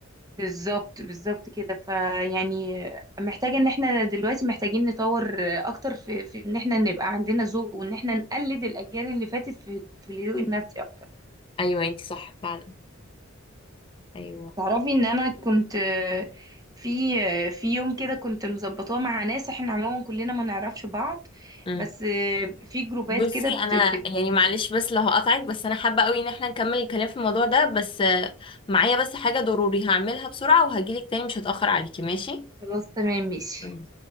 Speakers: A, on the right (about 20°); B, on the left (about 25°).
A: بالظبط بالظبط كده فيعني محتاجة ان احنا دلوقتي محتاجين نطور اكتر في, في ان احنا نبقى عندنا ذوق وان احنا نقلد الاجيال اللي فاتت في في الذوق النفسي اكتر
B: ايوه انتي صح فعلا ايوه
A: تعرفي ان انا كنت آه، في آه، في يوم كده كنت مظبطاه مع ناس احنا عموما كلنا ما نعرفش بعض
B: امم
A: بس آه، في جروبات
B: بصي
A: كده بت
B: انا
A: بت-
B: يعني معلش بس لو هقطعك بس انا حابه قوي ان احنا نكمل الكلام في الموضوع ده بس آه، معايا بس حاجه ضروري هعملها بسرعه وهجيلك تاني مش هتاخر عليكي ماشي
A: خلاص تمام ماشي
B: مم.